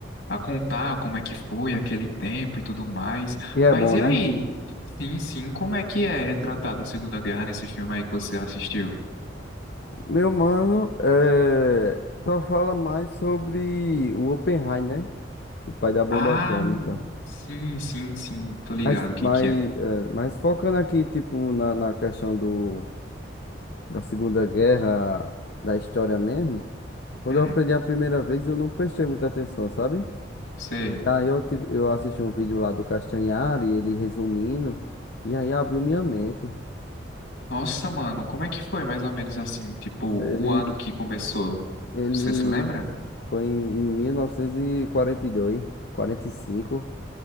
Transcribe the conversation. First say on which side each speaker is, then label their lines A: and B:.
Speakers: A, on the left; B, on the left.
A: a contar como é que foi aquele tempo e tudo mais.
B: E é
A: Mas
B: bom,
A: e
B: né?
A: aí? Sim, sim, como é que é retratada a Segunda Guerra nesse filme aí que você assistiu?
B: Meu mano, eh, só fala mais sobre o Oppenheimer, né? O pai da bomba
A: Ah,
B: atômica.
A: sim, sim, sim, tô ligado
B: Mas,
A: quem
B: mas,
A: que é.
B: eh, mas focando aqui, tipo, na, na questão do. da Segunda Guerra, da história mesmo, quando
A: Hum,
B: eu aprendi a primeira vez, eu não prestei muita atenção, sabe?
A: sei.
B: E aí eu, tive, eu assisti um vídeo lá do Castanhari, ele resumindo, e aí abriu minha mente.
A: Nossa, mano, como é que foi mais ou menos assim? Tipo,
B: Ele,
A: o ano que começou,
B: ele
A: você se lembra?
B: foi em 1942, 45,